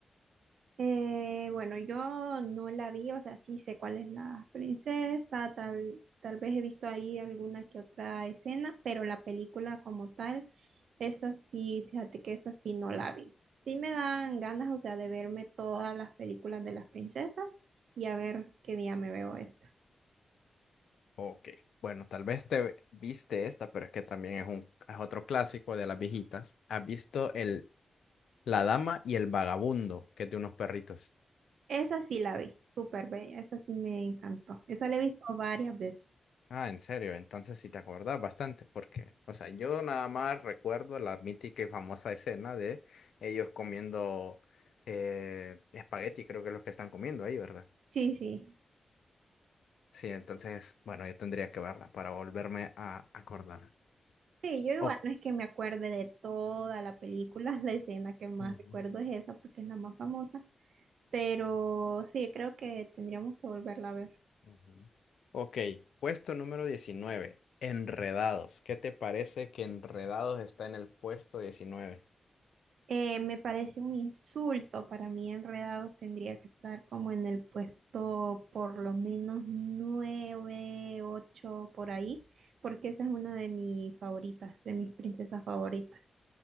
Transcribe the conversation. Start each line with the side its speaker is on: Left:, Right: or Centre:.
Right: Eh, bueno, yo no la vi, o sea, sí sé cuál es la princesa, tal, tal vez he visto ahí alguna que otra escena, pero la película como tal, esa sí, fíjate que esa sí no la vi. Sí me dan ganas, o sea, de verme todas las películas de las princesas y a ver qué día me veo esta.
Left: Ok, bueno, tal vez te viste esta, pero es que también es un, es otro clásico de las viejitas. ¿Has visto el La Dama y el Vagabundo, que es de unos perritos?
Right: Esa sí la vi, súper bella, esa sí me encantó. Esa la he visto varias veces.
Left: Ah, en serio, entonces sí te acordás bastante, porque, o sea, yo nada más recuerdo la mítica y famosa escena de ellos comiendo eh, espagueti, creo que es lo que están comiendo ahí, ¿verdad?
Right: Sí, sí.
Left: Sí, entonces, bueno, yo tendría que verla para volverme a acordar.
Right: Sí, yo igual
Left: Oh.
Right: no es que me acuerde de toda la película, <laughs> la escena que más
Left: Ujú,
Right: recuerdo es esa porque es la más famosa, pero sí, creo que tendríamos que volverla a ver.
Left: ujú. Ok, puesto número 19. Enredados. ¿Qué te parece que Enredados está en el puesto 19?
Right: Eh, me parece un insulto para mí, Enredados tendría que estar como en el puesto por lo menos nueve, ocho, por ahí, porque esa es una de mis favoritas, de mis princesas favoritas.